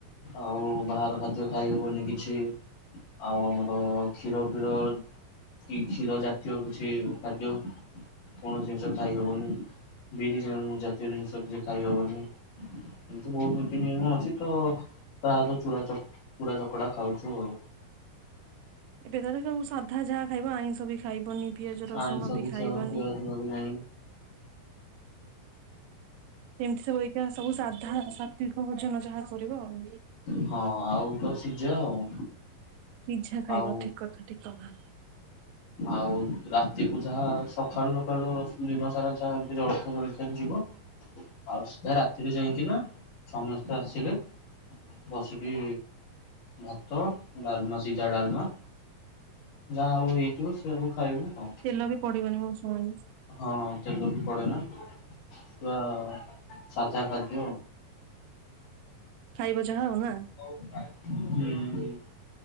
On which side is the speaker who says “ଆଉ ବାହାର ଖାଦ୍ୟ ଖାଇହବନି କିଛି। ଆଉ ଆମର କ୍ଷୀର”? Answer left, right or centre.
Left